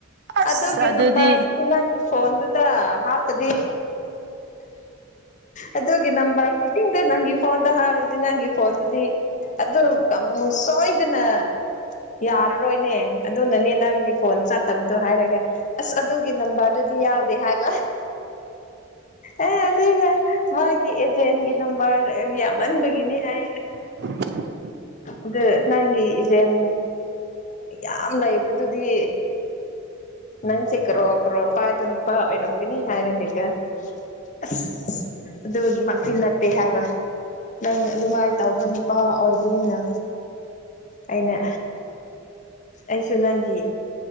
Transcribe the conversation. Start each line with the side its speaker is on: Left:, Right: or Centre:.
Right: ꯑꯁ
Left: ꯑꯗꯨꯒꯤ
Right: ꯑꯗꯨꯗꯤ
Left: ꯅꯝꯕꯔꯗꯨꯗꯤ ꯅꯪꯒꯤ ꯐꯣꯟꯗꯨꯗ ꯍꯥꯞꯄꯗꯤ ꯑꯗꯨꯒꯤ ꯅꯝꯕꯔ ꯑ ꯅꯪꯒꯤ ꯐꯣꯟꯗ ꯍꯥꯏꯔꯗꯤ ꯅꯪꯒꯤ ꯐꯣꯟꯗꯨꯗꯤ ꯑꯗꯨ ꯁꯣꯏꯗꯅ ꯌꯥꯔꯔꯣꯏꯅꯦ ꯑꯗꯨꯅꯅꯦ ꯅꯪꯒꯤ ꯐꯣꯟ ꯆꯠꯇꯕꯗꯣ ꯍꯥꯏꯔꯒꯦ ꯑꯁ ꯑꯗꯨꯒꯤ ꯅꯝꯕꯔꯗꯨꯗꯤ ꯌꯥꯎꯗꯦ ꯍꯥꯏꯕ
Right: <unintelligible>
Left: ꯑꯦ ꯑꯗꯨꯏꯅꯦ ꯃꯥꯒꯤ ꯑꯦꯖꯦꯟꯒꯤ ꯅꯝꯕꯔ ꯌꯥꯝꯃꯟꯕꯒꯤꯅꯤ ꯍꯥꯏ
Right: <unintelligible>
Left: ꯑꯗ ꯅꯪꯒꯤ ꯏꯟ ꯌꯥꯝ ꯂꯩꯕꯗꯨꯗꯤ ꯅꯪꯁꯦ ꯀ꯭ꯔꯣ ꯀ꯭ꯔꯣ ꯄꯥꯏꯕ ꯅꯨꯄꯥ ꯑꯣꯏꯔꯝꯒꯅꯤ ꯍꯥꯏꯔꯒꯦꯒ <unintelligible> ꯑꯗꯨꯃꯛꯇꯤ ꯅꯠꯇꯦ ꯍꯥꯏꯕ ꯅꯪ ꯑꯗꯨꯃꯥꯏꯅ ꯇꯧꯕ ꯅꯨꯄꯥ ꯑꯣꯏ ꯑꯗꯨꯅꯤꯅ ꯑꯩꯅ ꯑꯩꯁꯨ ꯅꯪꯒꯤ